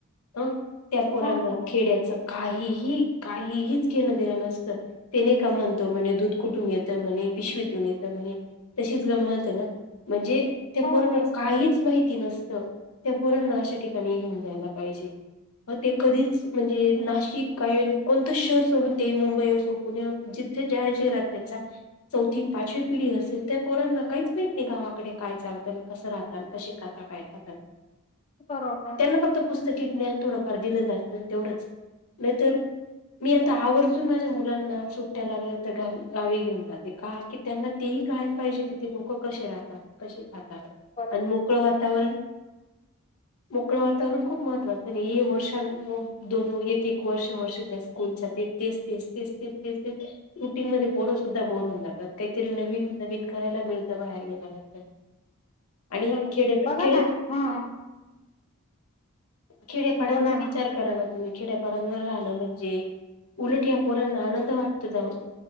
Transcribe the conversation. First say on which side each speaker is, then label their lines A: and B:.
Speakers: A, on the left; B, on the left.
A: ह त्या पोरांना
B: हो हो
A: खेड्याच काहीही काहीहीच घेणं देणं नसतं तेने का म्हणतो <unintelligible> दूध. कुठून येत म्हणे पिशवतून येत म्हणे तशीच गमत हे ना म्हणजे त्या
B: हो
A: पोरांना
B: तेच
A: काहीच
B: तर
A: माहिती नसतं त्या पोरांना अशा ठिकाणी घेऊन जायला पाहिजे. ते कधीच म्हणजे नाशिक काय कोणतं शहर सोडून ते मुंबई असो पुणे असो जिथ <unintelligible> त्यांचा चौथी न पाचवी पिढी असेल त्या पोर ना काहीच माहत नाही गावाकडे काय चालतं आणि कसं राह. कशे खातात काय खातात
B: बरोबर.
A: त्यांना फक्त पुस्तकी ज्ञान थोडं. <unintelligible> तेवढंच नाहीतर मी आता आवर्जून माझ्या मुलांना सुट्टया लागल्या तर गावी गावी घेऊन जाते का की त्यांना तेही कळायला पाहिजे कि ते लोक कसे राहतात कसे? आता
B: बरोबर
A: आण मोकळं वातावरण मोकळ वातावरण खूप महत्त्वाचं नी वर्ष दोन एक एक वर्ष वर्ष त्या स्कूल तेच तेच तेच तेच तेच रुटिंग म पोरसुद्धा बोर होऊन जातात काहीतरी नवीन नवीन करायला मिळतं बाहेर गेल्यानंतर आणि
B: बरोबर
A: खेड्यात
B: बघा
A: खेड्यात.
B: ना हा
A: खेड्यापाड्यांवर
B: बोला
A: विचार
B: ना
A: करा ना तुम्ही खेड्यात <unintelligible> राहण म्हणजे उलट या पोरांना आनंद वाटत जाऊन.